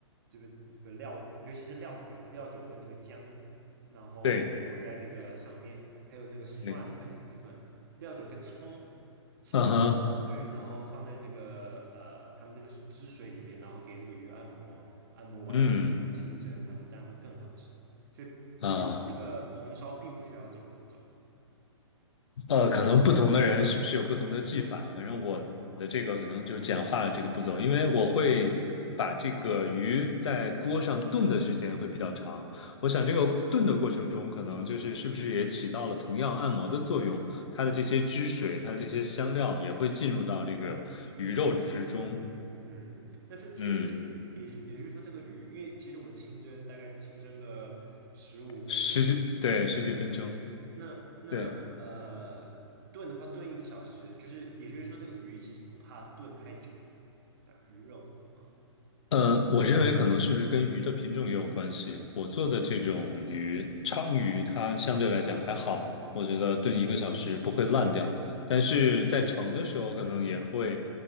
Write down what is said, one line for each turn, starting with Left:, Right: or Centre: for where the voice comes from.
Right: 这个这个料，尤其是料酒，料酒跟那个姜，然后抹在这个上面，
Left: 对
Right: 还有那个蒜，
Left: 对，
Right: 哎，不是蒜，料酒跟葱，葱，
Left: 嗯哼，
Right: 对，然后放在这个呃他们这个汁水里面，然后给这个鱼按摩，按摩完以后就清蒸，
Left: 嗯
Right: 他说这样会更好吃。所以其实这个红烧并不需要这个步骤。
Left: 啊。呃，可能不同的人是不是有不同的技法？反正我的这个可能就简化了这个步骤，因为我会把这个鱼在锅上炖的时间会比较长。我想这个炖的过程中，可能就是是不是也起到了同样按摩的作用？它的这些汁水，它的这些香料也会进入到这个鱼肉之中。
Right: 嗯哼，那所所以这个也是也就是说，
Left: 嗯，
Right: 这个鱼，因为其实我们清蒸大概清蒸个十五分钟、
Left: 十几，对，
Right: 十分钟就可以。
Left: 十几分钟，
Right: 那那呃炖的话，
Left: 对。
Right: 炖一个小时，就是也就是说，这个鱼其实不怕炖太久，对啊，鱼肉，嗯
Left: 呃，我认为可能是不是跟鱼的品种也有关系。我做的这种鱼，鲳鱼，它相对来讲还好，我觉得炖一个小时不会烂掉。但是在盛的时候，
Right: 嗯
Left: 可能也会，